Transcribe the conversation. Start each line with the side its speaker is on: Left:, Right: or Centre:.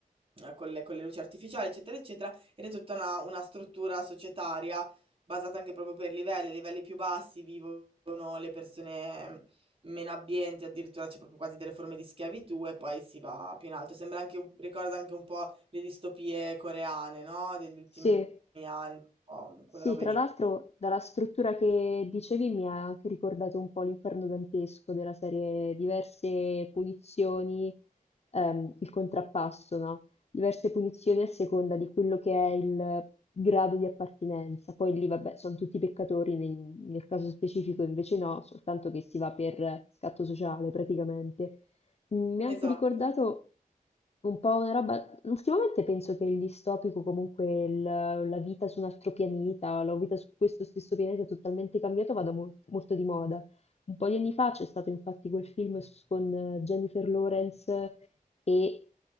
Right: eh, con le, con le luci artificiali, eccetera, eccetera, ed è tutta una, una struttura societaria basata anche proprio per livelli, a livelli più bassi vivono le persone meno abbienti, addirittura c'è proprio quasi delle forme di schiavitù e poi si va più in alto. Sembra anche un- ricorda anche un po' le distopie coreane, no? Degli ultimi
Left: Sì,
Right: anni, un po' quella
Left: sì,
Right: roba
Left: tra
Right: lì.
Left: l'altro dalla struttura che dicevi mi ha anche ricordato un po' l'Inferno dantesco della serie diverse punizioni, ehm, il contrappasso, no, diverse punizioni a seconda di quello che è il grado di appartenenza. Poi lì vabbè son tutti peccatori, nel nel caso specifico invece no, soltanto che si va per scatto sociale praticamente. Mm, Mi ha
Right: Esatto.
Left: anche ricordato un po' una roba. Ultimamente penso che il distopico, comunque il- la vita su un altro pianeta, la vita su questo stesso pianeta totalmente cambiato, vada mol- molto di moda. Un po' di anni fa c'è stato infatti quel film s- con eh, Jennifer Lawrence e